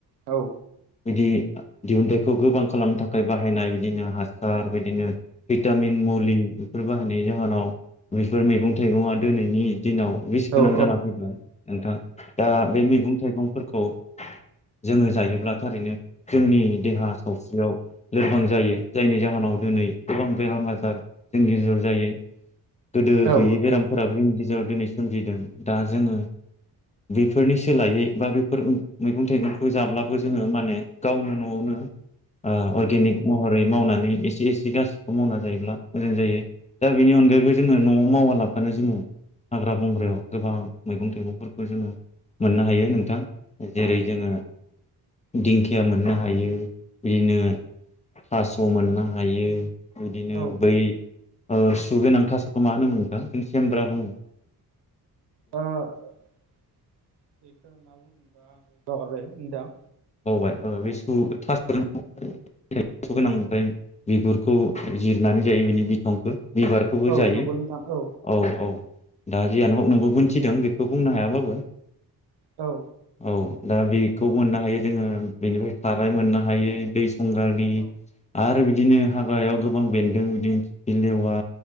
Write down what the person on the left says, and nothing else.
बिदि दिहुनथाइखौ गोबां खालामनो थाखाय बाहायनाय बिदिनो हासार बिदिनो भिटामिन मुलि बेफोर बाहायनाय जाहोनाव बेफोर मैगं थाइगं दिनैनि दिनाव बिस गोनां
जाना फैबाय नोंथां दा बे मैगं थाइगं खौ जोङो जायोब्ला थारैनो जोंनि देहा सावस्रियाव लोरबां जायो जायनि जाहोनाव दिनै गोबां बेरां आजार जों गेजर जायो गोदो
गैयै बेरामफोराबो जोंनि गेजेराव दिनैम सोमजिदों दा जोङो बेफोरनि सोलायै बा बेफोर मैगं थाइगंखौ जाब्लाबो जोङो माने गावनो न'आवनो अर्गेनिक महरै मावनानै गखौ जायो मोां जायो दा बेनि अनायैबो जोङो न'आव मावालाबानो जोङो हाग्रा बंग्रायाव गोबां मैगं थाइगंफोरखौ जोङो मोननो हायो नोंथां जेरै जोङो दिंखिया मोननो हायो बिदिनो फास्स' मोननो हायो बिदिनो
बै सुगोन थास खौ मा होनोम मोनदों जों सेमब्रा दङ
बावबाय बे थास' थ' गोनां ओमफ्राय बिगुरखौ जिरनानै जायो बिनि बिसंखौ बिबारखौबो
जायो
औ औ दा जिय न हक नोंबो मिथिदों बेखौ बुंनो हायाबाबो
औ दा बेखौ मोननो हायो। जोङो बेनिफ्राय खाराय मोननो हायो दै <unintelligible>
बिदिनो हाग्रायाव गोबां बेन्दों बिदिनो खिलेवा